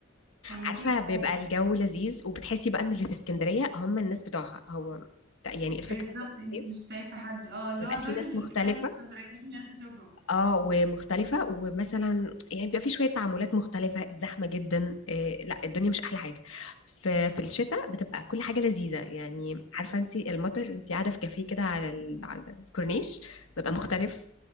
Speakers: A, on the right (about 55°); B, on the left (about 85°).
A: كان
B: عارفة
A: لطيف قوي
B: بيبقى الجو لذيذ وبتحسي بقى ان اللي في اسكندرية هم الناس بتوعها هو يعني
A: بالظبط
B: الفكرة ان في الصيف
A: انت مش شايفه حد اه اللي
B: بيبقى
A: هو دول
B: في ناس مختلفة
A: فعلا اسكندرانيين اللي انا بشوفهم
B: اه ومختلفة ومثلا يعني بيبقى في شوية تعاملات مختلفة زحمة جدا إيه لا الدنيا مش أحلى حاجة في في الشتاء بتبقى كل حاجة لذيذة يعني عارفة انت المطر انت قاعدة في كافيه كده على ال... على الكورنيش بيبقى مختلف